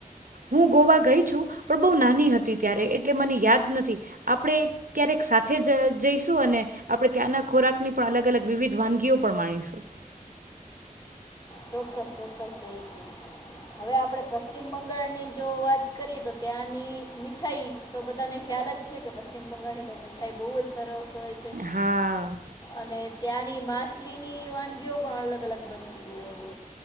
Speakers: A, on the right; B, on the left.
A: હું ગોવા ગઈ છું પણ બહુ નાની હતી ત્યારે એટલે મને યાદ નથી આપણે ક્યારેક સાથે જ જઈશું અને આપણે ત્યાંના ખોરાકની પણ અલગ-અલગ વિવિધ વાનગીઓ પણ માણીશું.
B: ચોક્કસ ચોક્કસ જઈશું હવે આપડે પશ્ચિમ બંગાળની જો વાત કરીએ તો ત્યાંની મીઠાઈ તો બધાને ખ્યાલ જ છે કે પશ્ચિમ બંગાળની તો મીઠાઈ બહુ જ સરસ. હોઈ છે
A: હા
B: અને ત્યાંની. માછલી ની વાનગીઓ પણ અલગ-અલગ બનતી હોય છે.